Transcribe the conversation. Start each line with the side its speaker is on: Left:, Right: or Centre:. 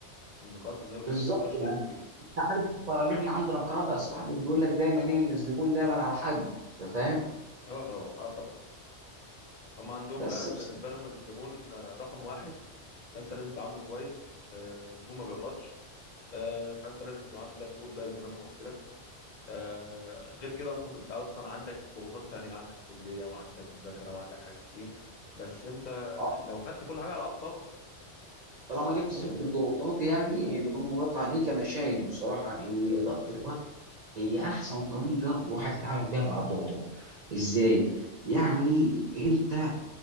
Left: النقاش غير
Right: بالظبط
Left: النقاش غير مفيد
Right: انت عارف اصلا ان احنا عندنا قاعده يا صاحبي بتقول لك دايما ايه ان الزبون دايما على حق انت فاهم
Left: اه طبعا اه طبعا هم عندهم
Right: بس
Left: فعلا
Right: بس-
Left: بالنسبه لهم الزبون آه، رقم واحد فانت لازم تعامله كويس آه، الزبون ما بيغلطش آه، فانت لازم يكون عندك طول بال زي ما انا ما قلت لك آه، غير كده انت انت اصلا عندك ضغوطات تانية عندك كليه وعندك مذاكره وعندك حاجات كتير بس انت
Right: آه.
Left: لو خدت كل حاجه على اعصابك
Right: طالما جبت سيره الضغوطات يعني بدون مقاطعه عليك انا شايف بصراحه ان اداره الوقت هي احسن طريقه الواحد يتعامل بيها مع الضغوطات ازاي يعني انت